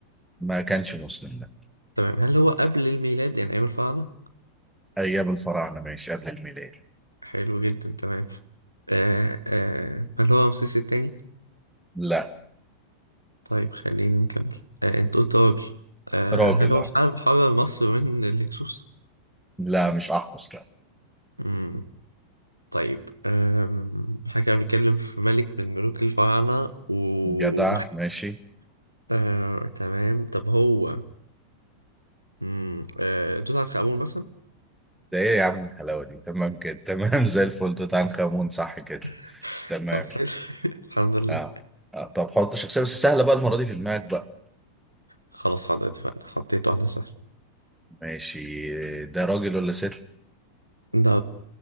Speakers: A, in the centre; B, on the right.
A: ما كانش مسلم لا
B: تمام هل هو قبل الميلاد يعني أيام الفراعنة
A: ايام الفراعنه ماشي قبل الميلاد
B: حلو جدا تمام آه آه هل هو رمسيس التاني
A: لا
B: طيب خلينا نكمل آه أنت قلت راجل آه
A: راجل
B: هل هو
A: اه
B: حرب حرر مصر من الهكسوس
A: لا مش احمس لا
B: مم. طيب آم، احنا كنا بنتكلم في ملك من ملوك الفراعنة و
A: جدع ماشي
B: <laughs> آه، تمام طب هو مم، آه، توت عنخ آمون مثلا
A: ده ايه يا عم الحلاوه دي تمام كده تمام <laughs> زي الفل توت عنخ امون صح كده
B: <laughs>
A: تمام
B: طب حلو <laughs> الحمد لله
A: اه, آه. طب حط شخصيه بس سهله بقى المره دي في دماغك بقى
B: خلاص حاضر اتفقنا حطيت واحدة سهلة
A: ماشي ده راجل ولا ست
B: ده